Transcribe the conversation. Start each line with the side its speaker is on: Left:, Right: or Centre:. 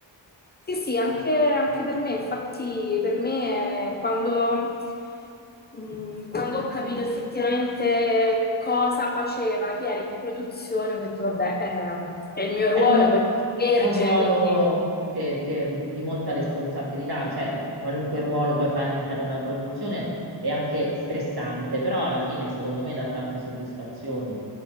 Left: Sì, sì, anche, anche per me, infatti per me eh, quando, mh, quando ho capito effettivamente cosa faceva, chi era in produzione, ho detto vabbè, eh, è il mio
Right: è,
Left: ruolo,
Right: mol-
Left: poi sono vergine,
Right: è un ruolo
Left: quindi
Right: che, che- di molta responsabilità, cioè qualunque ruolo puoi fare all'interno della produzione è anche stressante, però alla fine secondo me dà tante soddisfazioni.